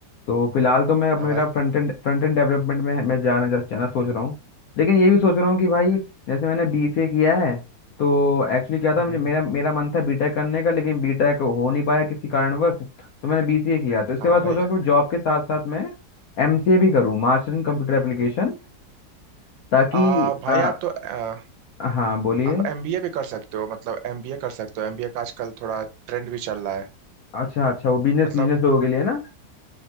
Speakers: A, on the left; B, on the right.
A: तो फिलहाल तो मैं अब
B: हाँ
A: मेरा
B: भाई
A: फ्रंट एंड फ्रंट एंड डेवलपमेंट में मैं जाना जा, जाना सोच रहा हूँ लेकिन ये भी सोच रहा हूँ कि भाई जैसे मैंने बीसीए किया है तो एक्चुअली क्या था
B: हम्म
A: मुझे
B: हम्म,
A: मेरा मेरा मन था बीटेक करने का लेकिन बीटेक हो नहीं पाया किसी कारणवश तो मैंने बीसीए किया तो इसके
B: हाँ
A: बाद
B: भाई
A: सोचा कि जॉब के साथ साथ मैं एमसीए भी करूँ मास्टर इन कंप्यूटर एप्लीकेशन ताकि
B: आ, भाई
A: आ,
B: आप तो आ,
A: हाँ बोलिए
B: आप एमबीए भी कर सकते हो मतलब एमबीए कर सकते हो एमबीए का आजकल थोड़ा ट्रेंड भी चल रहा है
A: अच्छा अच्छा वो बिजनेस
B: मतलब
A: बिजनेस लोगों के लिए ना